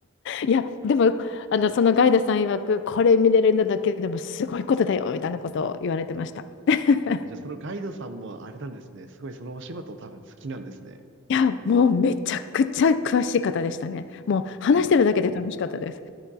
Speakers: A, on the left (about 60°); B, on the right (about 60°).
A: いや、でも、あの、そのガイドさん曰く、これ見れるんだだけでもすごいことだよ、みたいなことを言われてました。<laughs>
B: あ、じゃあそのガイドさんもあれなんですね。すごいそのお仕事多分好きなんですね。
A: いや、もうめちゃくちゃ詳しい方でしたね。もう話してるだけで楽しかったです。
B: そうなん